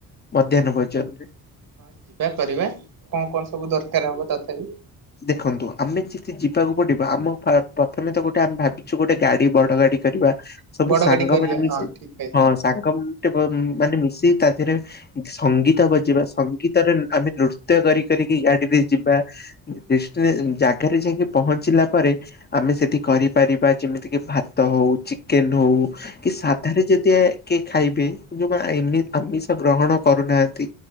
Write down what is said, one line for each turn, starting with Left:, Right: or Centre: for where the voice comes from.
Left: ମଧ୍ୟାହ୍ନ
Right: ହଁ।
Left: ଭୋଜନ ରେ।
Right: ହଁ ଯିବା କରିବା କଣ କଣ ସବୁ ଦରକାର ହବ ତଥାପି?
Left: ଦେଖନ୍ତୁ ଆମେ ଯେତେ ଯିବାକୁ ପଡିବ ଆମ ପ୍ରଥମେ ତ ଗୋଟେ ଆମେ ଭାବିଛୁ ଗୋଟେ ଗାଡି ବଡ ଗାଡି କରିବା ସବୁ
Right: ବଡ
Left: ସାଙ୍ଗ
Right: ଗାଡି କରିବା
Left: ମାନ ମିଶି
Right: ହଁ ଠିକ କହିଛ।
Left: ହଁ ସା ମାନେ ମିଶି ତା ଦେହରେ ସଙ୍ଗୀତ ବଜେଇବା ସ ଗୀତରେ ଆମେ ନୃତ୍ୟ କରି କରିକି ଗାଡିରେ ଯିବା ଡଷ୍ ଜାଗାରେ ଯାଇକି ପହଞ୍ଚିଲା ପରେ ଆମେ ସେଠି କରିପାରିବା ଯେମିତି କି ଭାତ ହଉଛି ଚି କେନଉ କି ସାଧାରେ ଯଦି କିଏ ଖାଇବେ ଯୋଉ ଆମିଷ ଗ୍ରହଣ କରୁନାହାନ୍ତି